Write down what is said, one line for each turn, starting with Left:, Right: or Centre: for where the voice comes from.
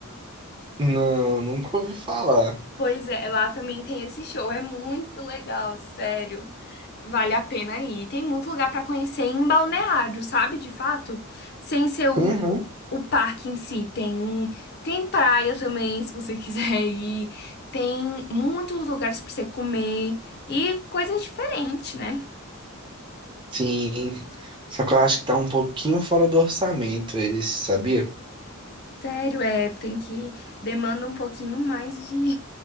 Right: Não, nunca ouvi falar.
Left: Pois é, lá também tem esse show. É muito legal, sério. Vale a pena ir. Tem muito lugar pra conhecer em Balneário, sabe? De fato, sem ser o,
Right: Uhum.
Left: o parque em si. Tem tem praia também, se você <laughs> quiser ir. Tem muitos lugares pra você comer e coisas diferentes, né?
Right: Sim, só que eu acho que tá um pouquinho fora do orçamento esse, sabia?
Left: Sério, é, tem que demanda um pouquinho mais de,